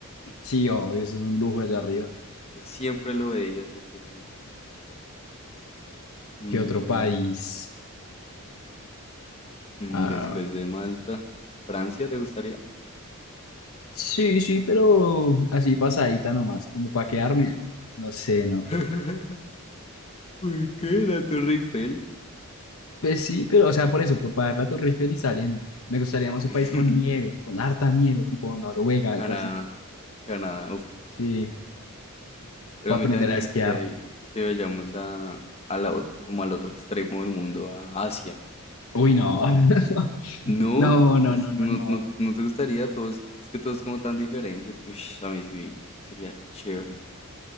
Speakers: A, on the left; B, on the left.
A: Sí, obvio, eso es un lujo allá arriba.
B: Yo, yo siempre lo veía ese hotel ahí. Mm,
A: ¿Qué otro país?
B: mm,
A: Ah,
B: después de Malta, Francia, ¿te gustaría?
A: Sí, sí, pero así pasadita nomás, como para quedarme, no sé, ¿no?
B: <laughs> ¿Por qué la Torre Eiffel?
A: Pues sí, pero o sea, por eso, pa- para ver la Torre Eiffel y saliendo. Me gustaría más
B: <laughs>
A: un país con nieve, con harta nieve, tipo Noruega,
B: Canadá,
A: algo así.
B: Canadá, uff.
A: Sí,
B: Pero
A: para
B: a mí
A: aprender
B: también
A: a
B: me
A: esquiar.
B: gustaría ahí que vayamos a, a la otra, como al otro extremo del mundo, a Asia.
A: Uy, no. <laughs>
B: No,
A: No, no,
B: es,
A: no, no,
B: no,
A: no.
B: no, no te gustaría, todo es, es que todo es como tan diferente. Ush, a mí sí, sería chévere.